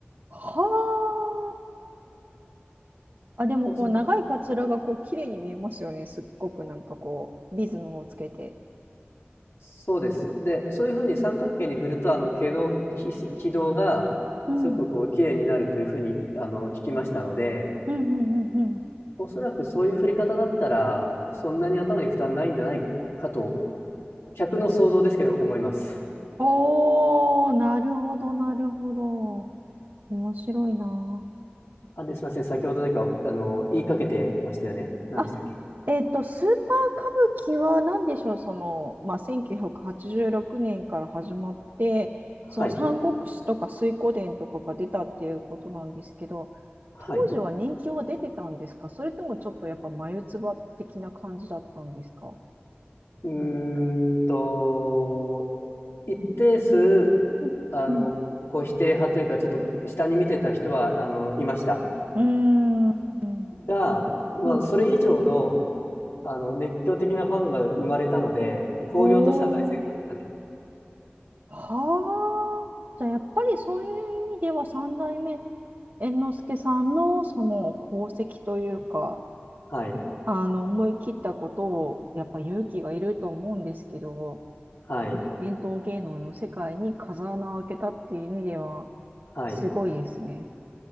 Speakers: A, on the right; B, on the left.
A: はあ。あ、でもこう長いカツラがこう綺麗に見えますよね。
B: お
A: すっごくなんかこうリズムをつけて。
B: そうです。で、そういうふうに三角形に振ると、あの、毛のき軌道が、
A: うん。
B: すごくこう、綺麗になるというふうに、あの、聞きましたので、
A: うんうんうんうん
B: おそらくそういう振り方だったら、そんなに頭に負担ないんじゃないかと、客の想像ですけど、思います。
A: おー、なるほど、なるほど。面白いな。
B: あ、で、すみません。先ほど何か、あの、言いかけてましたよね。何でしたっけ
A: あ、えっと、スーパー歌舞伎は何でしょう、その、まあ、1986年から始まって、その三国志とか水滸伝とかが出たっていうことなんですけど、
B: はい。はい。
A: 当時は人気は出てたんですかそれともちょっとやっぱ眉唾的な感じだったんですか
B: うーんと、一定数、
A: うんうん
B: あの、こう否定派というか、ちょっと下に見てた人は、あの、いました。
A: うーんうん
B: が、まあ、
A: うん
B: それ以上の、あの、熱狂的なファンが生まれたので、興行としては大成功です。
A: おーはあ。じゃあ、やっぱりそういう意味では三代目猿之助さんのその功績というか、
B: はい。
A: あの思い切ったことをやっぱ勇気がいると思うんですけど、
B: はい。
A: その伝統芸能の世界に風穴を開けたっていう意味では
B: はい。
A: すごいですね。